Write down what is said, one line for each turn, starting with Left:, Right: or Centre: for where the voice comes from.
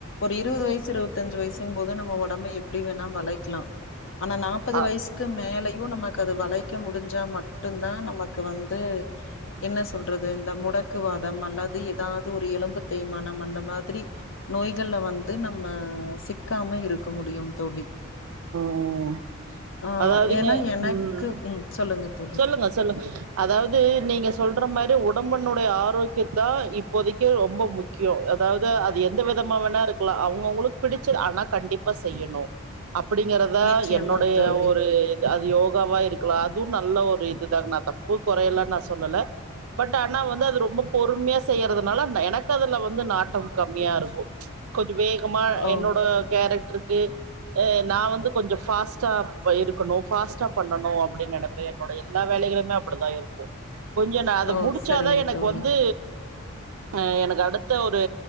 Left: ஒரு இருவது வயசு இருவத்தஞ்சு வயிசுங் போது நம்ம ஒடம்ப எப்டி வேணா வளைக்லா ஆனா நாப்பது
Right: அ
Left: வயசுக்கு மேலை யு நம்ம அத வளைக்க முடிஞ்சா மட்டுந்தா நமக் கு வந்து என்ன சொல்றது இந்த முடக்குவாதம் அல்லது எதாது ஒரு எலும்பு தேய்மானம் அந்த மாதிரி நோய்கள்ல வந்து நம்ம சிக்காம இருக்க முடியும் தோழி
Right: ம்
Left: ஆ
Right: அதாவ்துங்க
Left: ஏன்னா எனக்கு
Right: ம்
Left: சொல்லுங்க தோழி
Right: சொல்லுங்க சொல்லுங்க அதாவுது நீங்க சொல்ற மாரி ஒ டம்பினுடைய ஆரோக்கியத்தா இப்போதைக்கு ரொம்ப முக்கிய அதாது அது எந்த விதமா வேணா இருக்கலா அவங்கவுங்களுக்கு பிடிச்சு ஆனா கண்டிப்பா செய்யணு அப்படிங்கறதா
Left: நிச்சயமா
Right: என்னுடைய
Left: தோழி
Right: ஒரு அது யோகாவா இருக்கலா அது நல்ல ஒரு இதுதா நா தப்பு கொறையல்லா நா சொல்லல பட் ஆனா வந்து அது ரொம்ப பொறுமையா செய்யறதுனால எனக்கு அதுல வந்து நாட்டம் கம்மியா இருக்கு கொஞ்ச வேகமா
Left: ஓ
Right: என்னோட கேரக்ட் ருக்கு அ நா வந்து கொஞ்ச ஃபாஸ்ட்டா இருக்கணு ஃபாஸ்ட்டா பண்ணணு அப்படின் நென ப்ப என்னுடைய எல்லா வேலைகளுமே அப்படிதா இருக்கு கொஞ்ச நா அத
Left: ஓ
Right: முடிச்சாதா
Left: சரிங்க
Right: எனக்கு
Left: தோழி
Right: வந்து அ எனக்கு அடுத்த ஒரு